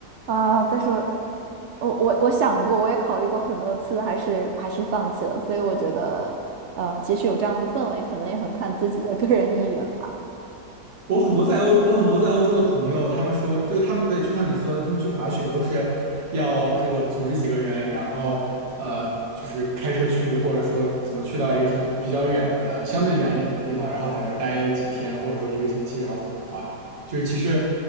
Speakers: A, on the right; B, on the right.
A: 啊、但是我我我想过，我也考虑过很多次，还是还是放弃了。所以我觉得，呃，即使有这样的氛围，可能也很看自己的个人意愿吧。
B: 我很多在欧，我很多在欧洲的朋友，他们说，就他们对，就像你说的，他们去滑雪都是要这个组织几个人，然后呃，就是开车去，或者说怎么去到一个很比较远的、相对远一点的地方，然后在那儿待几天，或者说一个星期，然后在那儿滑。就是其实